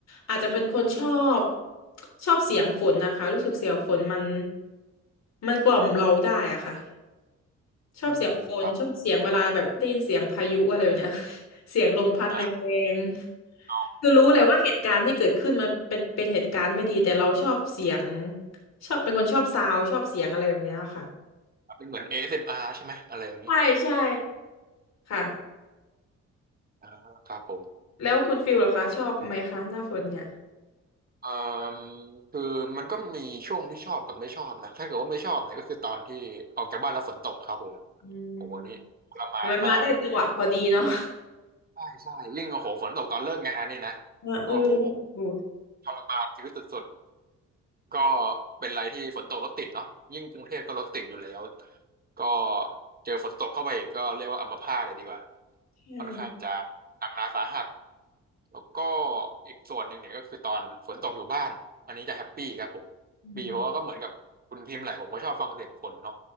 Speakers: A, on the left (about 60°); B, on the right (about 30°).
A: อาจจะเป็นคนชอบชอบเสียงฝนนะคะรู้สึกเสียงฝนมันมันกล่อมเราได้อะค่ะชอบเสียงฝนชอบเสียงเวลาแบบได้ยินเสียงพายุอะไรแบบเนี้ย
B: อืมครับ
A: <laughs> เสียงลมพัดแร
B: อ่ะ
A: งๆคือรู้เลยว่าเหตุการณ์ที่เกิดขึ้นมันเป็นเป็นเหตุการณ์ไม่ดีแต่เราชอบเสียง
B: อ๋ออ๋อ
A: ชอบเป็นคนชอบซาวด์ชอบเสียงอะไรแบบเนี้ยค่ะ
B: เป็นเหมือน a า m r ใช่ไหมอะไรอย่างนี้
A: ใช่ใช่ค่ะ
B: อ่าครับผม
A: แล้วคุณฟิลเหรอคะชอบไหมคะหน้าฝนเนี่ย
B: เอ่อคือมันก็มีช่วงที่ชอบกับไม่ชอบนะถ้าเกิดว่าไม่ชอบเนี่ยก็คือตอนที่ออกจากบ้านแล้วฝนตกครับผม
A: อืม
B: โอ้โหนี่ทรมานมากนะ
A: แต่มันมาได้จังหวะพอดีเนาะ
B: ใช่ใช่ยิ่งโอ้โหฝนตกตอนเลิกงานเนี่ยนะ
A: <laughs> เออเออ
B: โอ้โห
A: โอ้
B: ทรมานชีวิตสุดๆก็เป็นไรที่ฝนตกรถติดเนาะยิ่งกรุงเทพก็รถติดอยู่แล้วก็เจอฝนตกเข้าไปอีกก็เรียกว่าอัมพาตเลยดีกว่า
A: ใช่
B: ค่อนข้างจะหนักหนาสาหัสแล้วก็อีกส่วนหนึ่งเนี่ยก็คือตอนฝนตกอยู่บ้านอันนี้จะแฮปปี้ครับผม
A: อืม
B: บีเพราะว่าก็เหมือนกับคุณพิมพ์แหละผมก็ชอบฟังเสียงฝนเนาะ